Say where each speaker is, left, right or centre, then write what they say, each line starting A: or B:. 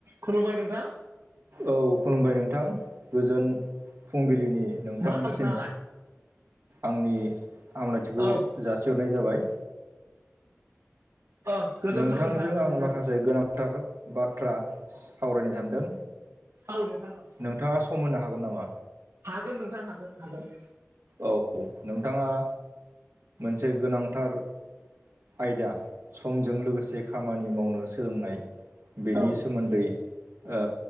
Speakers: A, on the right; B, on the right.
A: खुलुमबाय नोंथां।
B: औ खुलुमबाय नोंथां गोजोन फुंबिलिनि नोंथांनिसिम
A: मा खालामो नोंथाङालाय
B: आंनि हामलायथिखौ
A: औ
B: जासिहरनाय जाबाय
A: ओ गोजोन्थों
B: नोंथांजों
A: नोंथां गोजोन्थों
B: आं माखासे गोनांथार बाथ्रा सावरायनो सानदों
A: औ नोंथां औ।
B: नोंथाङा सम होनो हागोन नामा?
A: हागोन नोंथां हागोन हागोन।
B: औ नोंथाङा मोनसे गोनांथार आयदा समजों लोगोसे खामानि मावनो सोलोंनाय बेनि
A: औ
B: सोमोन्दै ओ